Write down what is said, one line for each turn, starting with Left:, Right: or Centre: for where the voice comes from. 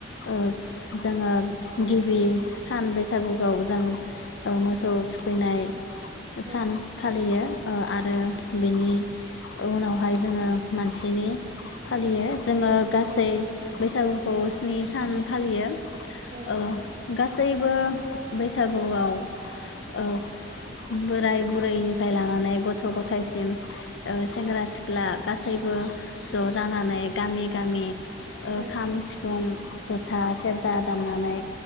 Left: ओ जोङो गिबि सान बैसागुआव जों ओ मोसौ थुखैनाय सान
Right: औ
Left: फालियो। आरो बेनि उनावहाय जोङो मानसिनि फालियो। जोङो गासै
Right: औ
Left: बैसागु खौ स्नि सान फालियो।
Right: औ नंगौ
Left: ओ गासैबो। बैसागुआव ओ बोराय बुरैनिफ्राय लानानै गथ' गथायसिम ओ सेंग्रा सिख्ला गासैबो ज' जानानै गामि गामि ओ
Right: औ
Left: खाम
Right: नंगौ
Left: सिफुं जथा सेरजा दामनानै